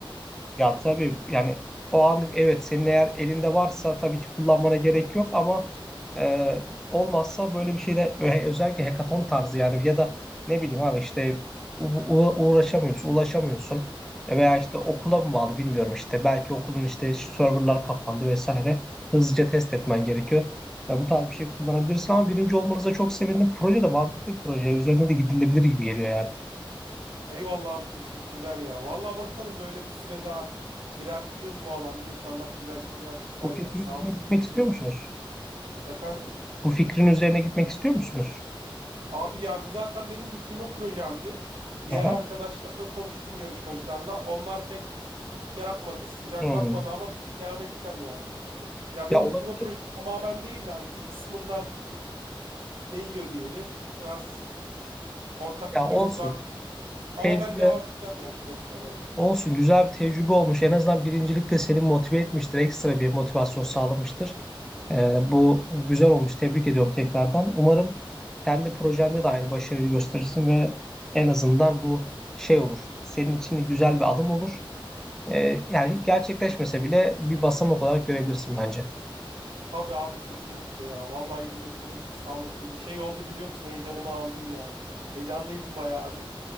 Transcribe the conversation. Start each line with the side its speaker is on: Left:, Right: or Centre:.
Centre: Ya tabii yani o anlık evet senin eğer elinde varsa tabii ki kullanmana gerek yok ama e, olmazsa böyle bir şeyde ö- özellikle hackathon tarzı yani ya da ne bileyim abi işte u- u- uğraşamıyorsun, ulaşamıyorsun E veya işte okula mı bağlı bilmiyorum işte belki okulun işte serverlar kapandı vesaire hızlıca test etmen gerekiyor. Ya bu tarz bir şey kullanabilirsin ama birinci olmanıza çok sevindim. Proje de mantıklı bir proje. Üzerine de gidilebilir gibi geliyor yani.
Right: Eyvallah abi teşekkürler ya. Vallahi bakalım böyle bir süre daha ilerleyeceğiz bu alanda. İnşallah güzel şeyler çıkar
Centre: Bu
Right: yani.
Centre: fikrin
Right: Sağ
Centre: üzerine
Right: olasın,
Centre: gitmek
Right: iyi
Centre: istiyor
Right: dileklerim.
Centre: musunuz?
Right: Efendim?
Centre: Bu fikrin üzerine gitmek istiyor musunuz?
Right: Abi ya bu zaten benim bitirme projemdi. Diğer
Centre: Aha.
Right: arkadaşlarla konuştum yarışmacılarla. Onlar pek şey yapmadı, sıcak
Centre: Hmm.
Right: bakmadı ama devam edeceğim yani. Ya benim
Centre: Ya olabilir.
Right: bitirme projem tamamen değil de hani bir kısmından değiyor diyelim. Biraz Ortak
Centre: Ya
Right: kümemiz
Centre: olsun.
Right: var. Ama
Centre: Tecrübe
Right: ben devam edeceğim yani çalışmalarıma.
Centre: olsun. Güzel bir tecrübe olmuş. En azından birincilik de seni motive etmiştir. Ekstra bir motivasyon sağlamıştır. Ee, bu güzel olmuş. Tebrik ediyorum tekrardan. Umarım kendi projende de aynı başarıyı gösterirsin ve en azından bu şey olur. Senin için güzel bir adım olur. Ee, yani gerçekleşmese bile bir basamak olarak görebilirsin bence.
Right: Tabii abi kesinlikle ya. Vallahi iyi dileklerin için sağ olasın. Bir şey oldu biliyor musun? Heyecanımı aldın yani. Heyecanlıydım bayağı bir.